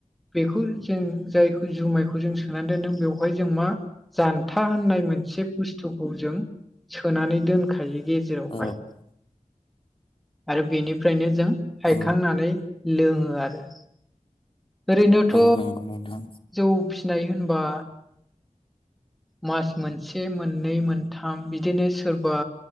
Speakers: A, in the centre; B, on the left.
A: बेखौ जों जायखौ जुमायखौ जों सोन द नों बेवहाय जों मा जानथा होननाय मोनसे बुस्थुखौ जों सोनानै दोनखायो गेजेरावहाय
B: औ
A: आरो बेनिफ्रायनो जों हायखांनानै
B: औ
A: लोङो आरो ओरैनोथ'
B: औ नंगौ नोंथां
A: जौ फिसिनाय होनबा मास मोनसे मोननै मोनथाम बिदिनो सोरबा